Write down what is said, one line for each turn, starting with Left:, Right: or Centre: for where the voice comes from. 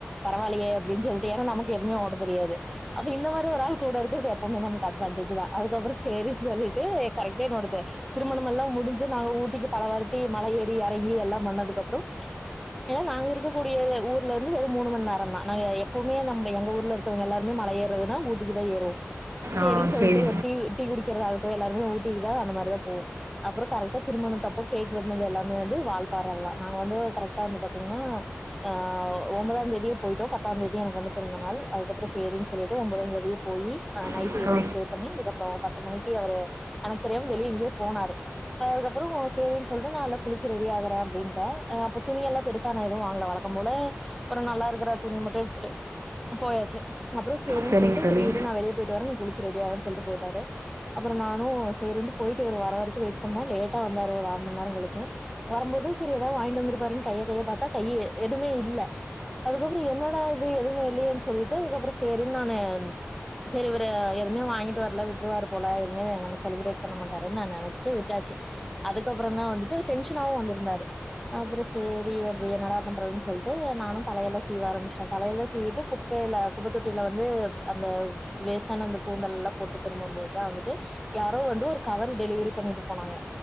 Centre: பரவாயிலயே அப்டின்னு சொல்லிட்டு நமக்கு எதுமே ஓட் தெரியாது அப்ப இந்த மாரி ஒரு ஆள் கூட இருக்கிறது எப் அவுங்க நமக்கு அட்வான்டேஜிதா அதுக்கப்புறோ சேரினு சொல்லிட்டு கரெக்டா என்னோட திருமணம் எல்லா முடிஞ்சு நாங்க ஊட்டிக்கு பலவாட்டி மல ஏறி எறங்கி எல்லா பண்ணதுக்கப்றோ ஏன்னா நாங்க இருக்க கூடிய ஊர்ல இருந்து ஒரு மூனு மணிநேரந்தா நாங்க எப்பவுமே நம்ம எங்க ஊர்ல இருக்கவங்க எல்லாருமே மழ ஏறதுன்னா ஊட்டிக்கு தா ஏறுவோ சேரின்னு
Right: ஆ
Centre: சொல்லிட்டு
Right: சரி
Centre: ஒரு டீ டீ குடிக்குறதாக இப்ப எல்லாருமே ஊட்டிக்கு தா அந்த மாரிதா போவோ அப்றோ கரெக்டா திருமணத் தப்ப கேக் வெட்னது எல்லாமே வந்து வால்பாறலதா நாங்க வந்து கரெக்டா வந்து பாத்தீங்கன்னா ஆ ஒம்பதா தேதியே போயிட்டோ பத்தா தேதி எனக்கு வந்து பிறந்த நாள் அதுக்கப்றோ சேரின்னு சொல்லிட்டு ஒம்பதா தேதியே போயி ஆ நைட்
Right: ஓ
Centre: இரவு ஸ்டே பண்ணி அதுக்கப்றோ பத்து மணிக்கு அவரு எனக்கு தெரியாம வெளிய எங்கயோ போனாரு அதுக்கப்றோ சேரின்னு சொல்லிட்டு நான்ல்ல குளிச்சு ரெடி ஆகுறே அப்டின்டே அப்ப துணிய எல்லா பெருசா நா எதுவு வாங் வழக்கம்போல ஒரு நல்லா இருக்குற துணி மட்டு எடுத்துட்டு போயாச்சு அப்றோ சேரி
Right: சரிங்க
Centre: சொல்லிட்டு
Right: தோழி
Centre: சேரி இரு நா வெளிய போயிட்டு வாரே நீ குளிச் ரெடி ஆகுன்னு சொல்லி போய்ட்டாரு அப்பறோ நானு சேரின்னு போய்ட்டு இவர் வர வரைக்கு வெயிட் பண்ணா லேட்டா வந்தாரு ஒரு அர மணி கழுச்சு வரம்போது சேரி ஏதாவது வாங்கிட்டு வந்துருப்பாருன்னு கைய கைய பாத்தா கையி எதுவுமே இல்ல அதுக்கப்பறோ என்னடா து எதுவுமே இல்லையேன்னு சொல்லிட்டு அதுக்கப்பறோ சேரி நானு சேரி இவரு எதுவுமே வாங்கிட்டு வரல விட்டுருவாரு போல எதுமே நம்ம செலிப்ரேட் பண்ண மாட்டாருன்னு நா நெனச்சுட்டு விட்டாச்சு அதுக்கப்பறந்தா வந்துட்டு டென்ஷனாவு வந்துருந்தாரு அப்புற சேரி என்னடா பண்றது சொல்லிட்டு நானு தலையெலா சீவ ஆரம்பிச்டே தலையெலா சீவிட்டு குப்பையில குப்ப தொட்டியில வந்து அந்த வேஸ்டான கூந்தல்லா போட்டு திரும்பு போதுதா வந்துட்டு யாரோ வந்து ஒரு கவர் டெலிவரி பண்ணிட்டு போனாங்க